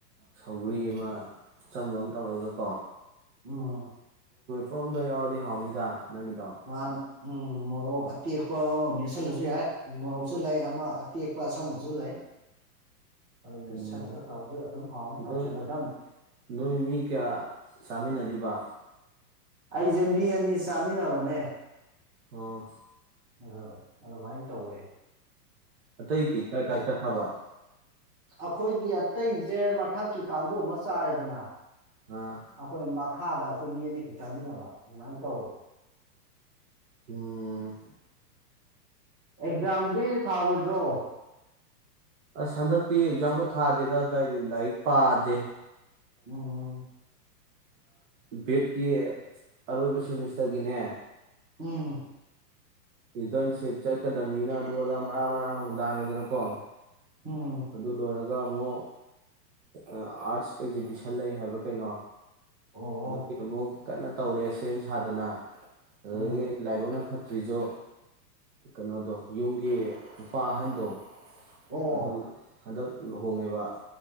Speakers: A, on the right; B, on the right.
A: ꯁꯧꯒꯔꯤ
B: ꯎꯝ
A: ꯑꯃ ꯆꯝꯕ ꯑꯃ ꯇꯧꯔꯒ ꯀꯣ
B: ꯎꯝ
A: ꯐꯣꯝꯗꯣ ꯌꯥꯎꯔꯗꯤ ꯍꯥꯎꯅꯤꯗ ꯅꯪꯒꯤꯇꯥ
B: ꯃꯥꯅ ꯎꯝ ꯃꯣꯔꯣꯛ ꯑꯇꯦꯛꯄ ꯑꯃꯝ ꯅꯦꯠꯁꯜꯂꯁꯨ ꯌꯥꯏ ꯃꯣꯔꯣꯛꯁꯨ ꯂꯩ ꯑꯃ ꯑꯇꯦꯛꯄ ꯑꯁꯪꯕꯗꯨꯁꯨ ꯂꯩ ꯑꯗꯨ ꯃꯦꯠꯁꯤꯜꯂꯒ
A: ꯎꯝ
B: ꯇꯧꯔꯁꯨ ꯑꯗꯨꯝ ꯍꯥꯎꯅꯤ ꯇꯧꯁꯜꯂꯗꯝꯅꯤ
A: ꯅꯣꯏ ꯅꯣꯏ ꯃꯤ ꯀꯌꯥ ꯆꯥꯃꯤꯟꯅꯔꯤꯕ
B: ꯑꯩꯁꯦ ꯃꯤ ꯑꯅꯤ ꯆꯥꯃꯤꯟꯅꯕꯅꯦ
A: ꯑꯣ
B: ꯑꯗꯨ ꯑꯗꯨꯃꯥꯏꯅ ꯇꯧꯋꯦ
A: ꯑꯇꯩꯗꯤ ꯀꯥꯏ ꯀꯥꯏ ꯆꯠꯈ꯭ꯔꯕ
B: ꯑꯈꯣꯏꯒꯤ ꯑꯇꯩꯁꯦ ꯃꯊꯛꯀꯤ ꯀꯥꯡꯕꯨ ꯑꯃ ꯆꯥꯔꯦꯗꯅ
A: ꯑꯥ
B: ꯑꯈꯣꯏ ꯃꯥ ꯥꯈꯥꯗ ꯑꯩꯈꯣꯏ ꯃꯤ ꯑꯅꯤꯈꯛ ꯆꯥꯃꯤꯟꯅꯕ ꯑꯗꯨꯃꯥꯏꯅ ꯇꯧꯋꯦ
A: ꯎꯝ
B: ꯑꯦꯛꯖꯥꯝꯗꯤ ꯊꯥꯔꯣꯏꯗ꯭ꯔꯣ
A: ꯑꯁ ꯍꯟꯗꯛꯇꯤ ꯑꯦꯛꯖꯥꯝꯒ ꯊꯥꯗꯦꯗ ꯀꯔꯤ ꯂꯥꯏꯔꯤꯛ ꯄꯥꯗꯦ
B: ꯎꯝ
A: ꯚꯦꯠꯀꯤ ꯑꯔꯣꯏꯕ ꯁꯦꯃꯤꯁꯇꯔꯒꯤꯅꯦ
B: ꯎꯝ
A: ꯏꯗ ꯁꯦ ꯆ ꯅꯤꯅ ꯑꯗꯨ ꯑꯗꯥ ꯃꯔꯥꯡ ꯃꯔꯥꯡ ꯑꯃꯨ ꯂꯥꯡꯉꯦꯗꯅꯀꯣ
B: ꯎꯝ
A: ꯑꯗꯨ ꯑꯗꯨ ꯂꯣ ꯇꯥꯃꯣ ꯑꯥꯔꯠꯁ ꯑꯦꯛꯖꯤꯕꯤꯁꯟ ꯂꯩ ꯍꯥꯏꯕ꯭ꯔꯥ ꯀꯩꯅꯣ
B: ꯑꯣ
A: ꯍꯗꯣ ꯀꯔꯃꯣ ꯀꯟꯅ ꯇꯧꯔꯦ ꯁꯦꯝ ꯁꯥꯗꯅ ꯑꯗꯨꯗꯒꯤ
B: ꯎꯝ
A: ꯂꯥꯏꯕꯨꯡꯅ ꯐ ꯗ꯭ꯔꯤꯖꯨ ꯀꯩꯅꯣꯗꯣ ꯌꯨꯝꯒꯤ ꯅꯨꯨꯄꯥ ꯑꯍꯟꯗꯣ
B: ꯑꯣ
A: ꯑꯗꯨ ꯍꯟꯗꯛ ꯂꯨꯍꯣꯡꯉꯤꯕ